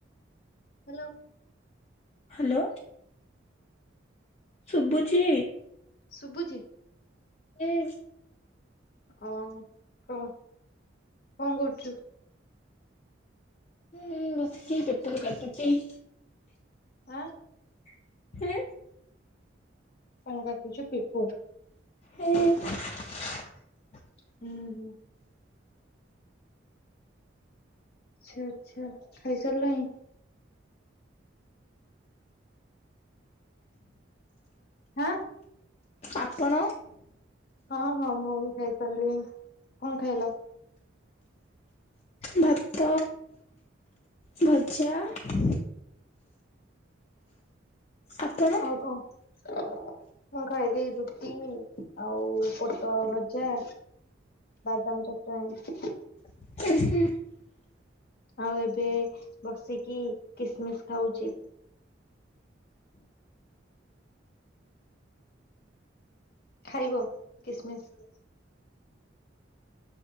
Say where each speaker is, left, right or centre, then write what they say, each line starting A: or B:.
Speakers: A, on the left; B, on the left.
A: ହାଲୋ।
B: ହାଲୋ। ଶୁଭୁଚି?
A: ଶୁଭୁଚି।
B: ଏଇ।
A: ଓ କଁ କଁ କରୁଚୁ?
B: ଏଇ ବସଚି ପେପର କାଟୁଚି।
A: ଆଁ।
B: <unintelligible>
A: କଁ କାଟୁଛ ପେପର?
B: ହୁଁ।
A: ହୁଁ ହୁଁ। ଆଚ୍ଛା ଆଚ୍ଛା ଖାଇ ସାରିଲଇ। ଆଁ।
B: ଆପଣ
A: ହଁ ହଁ ମୁଁ ବି ଖାଇ ସାରଲୁଇ। କଁ ଖାଇଲ?
B: ଭାତ, ଭଜା। <inaudible> ଆପଣ
A: ଆଉ କଣ ମୁଁ ଖାଇଲି। ରୁଟି ଆଉ ପୋଟଳ ଭଜା। ବାଦାମ ଚଟଣି।
B: <inaudible>
A: ଆଉ ଏବେ ବସିକି କିସମିସ ଖାଉଚି। ଖାଇବ କିସମିସ?